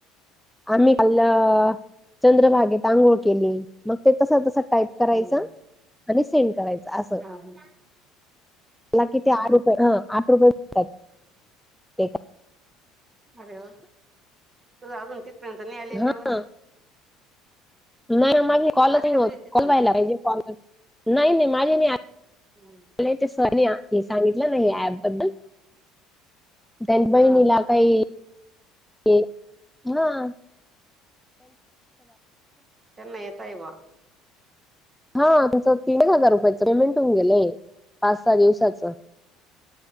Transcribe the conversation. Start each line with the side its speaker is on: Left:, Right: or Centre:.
Centre: आम्ही काल चंद्रभागेत आंघोळ केली, मग ते तस तस टाईप करायच
Right: हम्म
Centre: आणि सेंड करायच अस
Right: हा हा
Centre: मला किती आठ रुपये, आठ रुपये भेटतात, ते करा
Right: अरे हो, तुझ अजून तिथपर्यंत नाही आली ना
Centre: हा
Right: लेवल?
Centre: नाही माझे कॉल नही
Right: आली का
Centre: होत,
Right: तुझी तिथपर्यंत
Centre: कॉल व्हायला पाहिजे कॉलवर नाही नाही माझे नाही आले
Right: हम.
Centre: त्याच्या सर नी सांगितलं ना अँप बद्दल, त्यान बहिणीला
Right: हा
Centre: काही, एक हां.
Right: त्यांना येतयबा.
Centre: हा त्यांचं तीन एक हजार रुपयाच पेमेंट होऊन गेलंय, पाच सहा दिवसाचं.